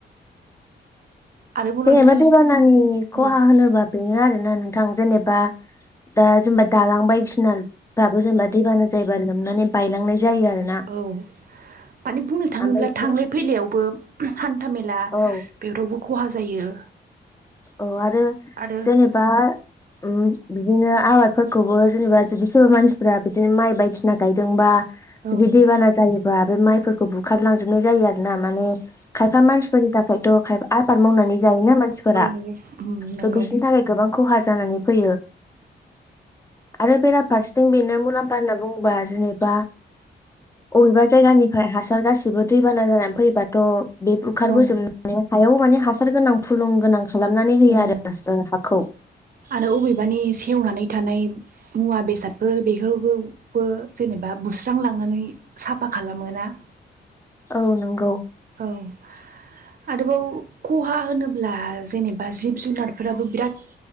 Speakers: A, on the right; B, on the left.
A: आरोबाव
B: जेनेबा
A: नोंथाङा
B: दैबानानि खहा
A: औ
B: होनोबा बेनो आरोना नोंथां जेनेबा दा जेनेबा दालां बायदिसिनाफ्राबो जेनेबा दैबाना जायोबा लोमनानै बायलांनाय जायो आरोना
A: औ माने बुंनो थाङोब्ला
B: ओमफ्राय बिथिं
A: थांलाय फैलायावबो हान्था मेला
B: औ
A: बेफोरावबो खहा ज जायो
B: औ आरो
A: आरो
B: जेनेबा उम बिदिनो आबादफोरखौबो जेनेबा जुदि सोरबा मानसिफ्रा बिदिनो माइ बायदिसिना गायदोंबा
A: औ
B: बिदि दैबाना जायो बा बे माइफोरखौ बुखारलांजोबनाय जायो आरो ना माने खायफा मानसिफोरनि थाखायथ' खायफा आबाद मावनानै जायोना मानसिफोरा
A: नोंगौ उम नोंगौ
B: थ' बिसोरनि थाखाय गोबां खहा जानानै फै आरो बेरा फारसेथिं बेनो मुलाम्फा होनना बुङोबा जेनेबा अबेबा जायगानिफ्राय हासार गासिबो दैबाना जानानै फैबाथ' बे बुखारबोजोबनानै
A: औ
B: हायाव माने हासार गोनां फुलुं गोनां खालामनानै होयो
A: उम
B: आरो हाखौ
A: आरो अबेबानि सेवनानै थानाय मुवा बेसादफोर बेफोरफोरखौबो जेनेबा बुस्रां लांनानै साफा खालामोना <inaudible>
B: औ नंगौ
A: <inaudible> आरोबाव खहा होनोब्ला जेनेबा जिब जुनारफोराबो बिराद